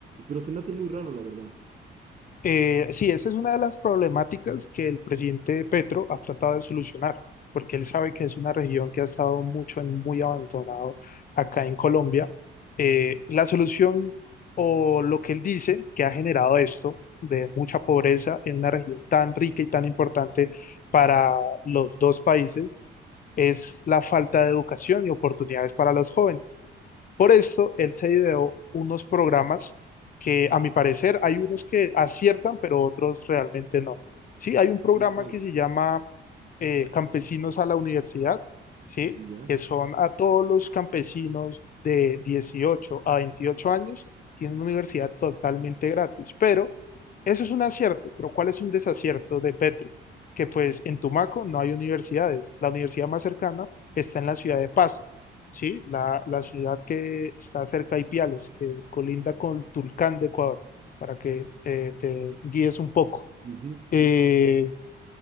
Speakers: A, on the right; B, on the left.
A: pero se me hace muy raro, la verdad.
B: Eh, sí, esa es una de las problemáticas que el presidente Petro ha tratado de solucionar, porque él sabe que es una región que ha estado mucho en muy abandonado acá en Colombia. Eh, la solución o lo que él dice que ha generado esto de mucha pobreza en una región tan rica y tan importante para los dos países es la falta de educación y oportunidades para los jóvenes. Por esto, él se ideó unos programas que, a mi parecer, hay unos que aciertan, pero otros realmente no. Sí, hay un programa
A: ¿Cuál?
B: que se llama eh, Campesinos a la Universidad, ¿sí?
A: ¿Ya?
B: Que son a todos los campesinos de 18 a 28 años, tienen una universidad totalmente gratis. Pero eso es un acierto, pero ¿cuál es un desacierto de Petro? Que pues en Tumaco no hay universidades. La universidad más cercana está en la ciudad de Pasto. Sí, la, la ciudad que está cerca de Ipiales, que colinda con Tulcán de Ecuador, para que eh, te guíes un poco.
A: Ujú,
B: Eh,
A: sí,